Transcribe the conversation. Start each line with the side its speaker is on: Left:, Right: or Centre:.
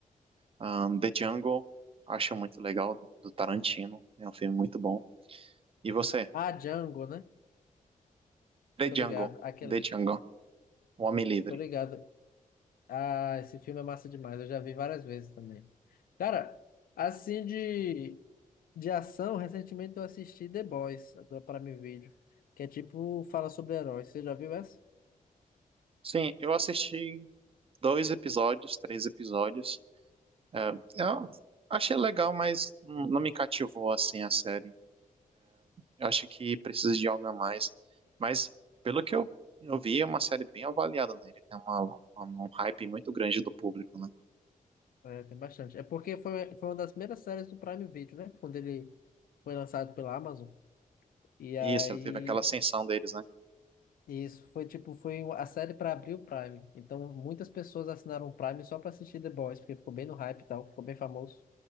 Right: ahn, The Jungle, acho muito legal, do Tarantino. É um filme muito bom. E você?
Left: Ah, Django, né?
Right: The
Left: Tô
Right: Jungle.
Left: ligado. Aquela.
Right: The Jungle. O Homem Livre.
Left: Tô ligado. Ah, esse filme é massa demais. Eu já vi várias vezes também. Cara, assim de, de ação, recentemente eu assisti The Boys, do Prime Video, que é tipo, fala sobre heróis. Você já viu essa?
Right: Sim, eu assisti dois episódios, três episódios. É, eu achei legal, mas não me cativou assim a série. Eu acho que precisa de algo a mais. Mas, pelo que eu, eu vi, é uma série bem avaliada, né? Ele tem uma, uma- um hype muito grande do público, né?
Left: É, tem bastante. É porque foi, foi uma das primeiras séries do Prime Video, né? Quando ele foi lançado pela Amazon. E aí
Right: Isso, ele teve aquela ascensão deles, né?
Left: Isso, foi tipo, foi a série para abrir o Prime. Então, muitas pessoas assinaram o Prime só para assistir The Boys, porque ficou bem no hype e tal, ficou bem famoso,